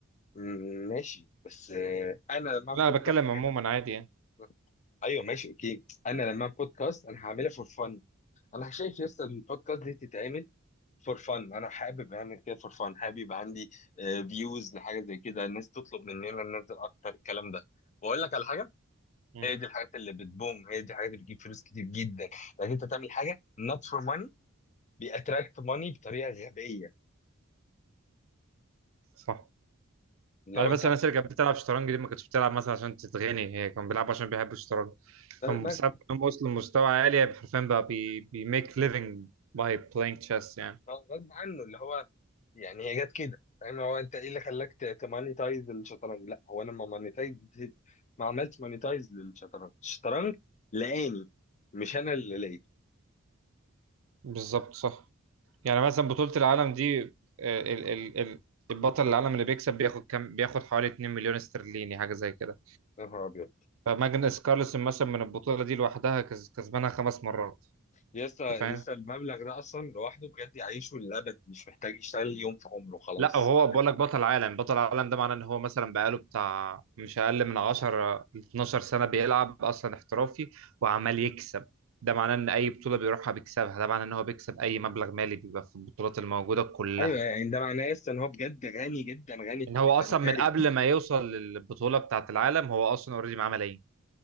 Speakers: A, on the left (about 35°); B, on the right (about 65°).
A: مم، ماشي بس آه، انا لما اعمل
B: لا
A: بودكاست
B: انا بتكلم
A: غير
B: عموما
A: لما أعمل
B: عادي يعني
A: بودكاست. ايوه ماشي اوكي انا لما اعمل بودكاست انا هعملها فور فن انا شايف يس البودكاست دي تتعمل فور فن انا حابب اعمل كده فور فن حابب يبقى عندي فيوز لحاجه زي كده الناس تطلب مننا ننزل اكتر الكلام ده واقول لك على حاجه
B: مم.
A: هي دي الحاجات اللي بتبوم هي دي الحاجات اللي بتجيب فلوس كتير جدا لكن انت تعمل حاجه not for money بيأتراكت money بطريقه غبيه
B: صح
A: لو
B: يعني مثلا
A: انت
B: الناس اللي كانت بتلعب شطرنج دي ما كانتش بتلعب مثلا عشان تتغني هي كانوا بيلعبوا عشان بيحبوا الشطرنج فبسبب
A: بس
B: انهم وصلوا لمستوى عالي حرفيا بقى بي بي make living by playing chess يعني
A: اه غصب عنه اللي هو يعني هي جت كده فاهم هو انت ايه اللي خلاك ت- تمانيتايز الشطرنج لا هو انا ما مانيتايز ما عملت مانيتايز للشطرنج الشطرنج لقاني مش انا اللي لقيته
B: بالظبط صح يعني مثلا بطولة العالم دي آه، ال ال ال البطل العالم اللي بيكسب بياخد كام بياخد حوالي 2 مليون استرليني حاجة زي كده
A: يا نهار ابيض
B: فماجنس كارلسن مثلا من البطولة دي لوحدها كز- كسبانها خمس مرات
A: يسا
B: انت
A: يسا
B: فاهم
A: المبلغ ده اصلا لوحده بجد يعيشه للابد مش محتاج يشتغل يوم في عمره خلاص
B: لا هو بقول لك بطل عالم بطل عالم ده معناه ان هو مثلا بقاله بتاع مش اقل من 10 ل 12 سنه بيلعب اصلا احترافي وعمال يكسب ده معناه ان اي بطوله بيروحها بيكسبها ده معناه ان هو بيكسب اي مبلغ مالي بيبقى في البطولات الموجوده كلها
A: ايوه يعني ده معناه يسا ان هو بجد غني جدا غني
B: ان هو اصلا من
A: ثري
B: قبل ما يوصل للبطوله بتاعه العالم هو اصلا اوريدي معاه ملايين